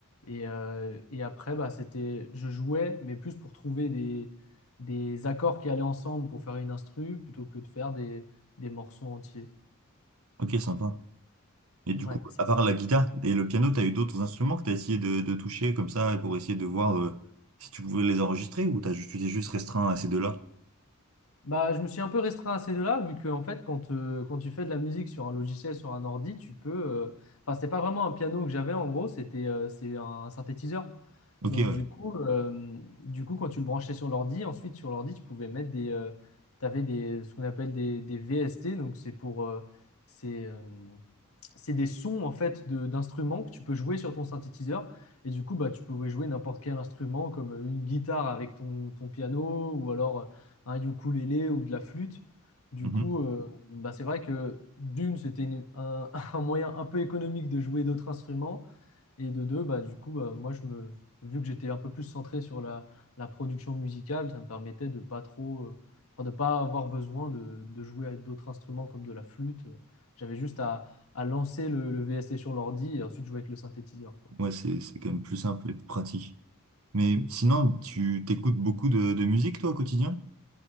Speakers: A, on the left (about 80°); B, on the right (about 75°).
A: Et, euh, et après, bah, c'était, je jouais, mais plus pour trouver des, des accords qui allaient ensemble pour faire une instru, plutôt que de faire des, des morceaux entiers.
B: ok, sympa. Et du
A: Ouais,
B: coup,
A: c'est
B: à part
A: ça.
B: la guitare et le piano, t'as eu d'autres instruments que t'as essayé de, de toucher comme ça pour essayer de voir euh, si tu pouvais les enregistrer ou t'as, ju- tu t'es juste restreint à ces deux-là?
A: Bah, je me suis un peu restreint à ces deux-là, vu que en fait, quand, euh, quand tu fais de la musique sur un logiciel, sur un ordi, tu peux. euh, Enfin, c'était pas vraiment un piano que j'avais en gros, c'était euh, c'est un synthétiseur.
B: Ok,
A: Donc
B: ouais.
A: du coup, euh, du coup, quand tu le branchais sur l'ordi, ensuite sur l'ordi, tu pouvais mettre des, euh, tu avais des, ce qu'on appelle des, des VST, donc c'est pour, euh, c'est, euh, c'est des sons en fait de- d'instruments que tu peux jouer sur ton synthétiseur. Et du coup, bah, tu pouvais jouer n'importe quel instrument, comme une guitare avec ton, ton piano, ou alors euh, un ukulélé ou de la flûte. Du
B: Mhm.
A: coup, euh, bah, c'est vrai que d'une, c'était une- un, <laughs> un moyen un peu économique de jouer d'autres instruments. Et de deux, bah, du coup, bah, moi, je me, vu que j'étais un peu plus centré sur la, la production musicale, ça me permettait de pas trop, euh, enfin, de pas avoir besoin de, de jouer avec d'autres instruments comme de la flûte. J'avais juste à, à lancer le, le VST sur l'ordi et ensuite jouer avec le synthétiseur, quoi.
B: Ouais, c'est, c'est quand même plus simple et plus pratique. Mais sinon, tu t'écoutes beaucoup de, de musique, toi, au quotidien?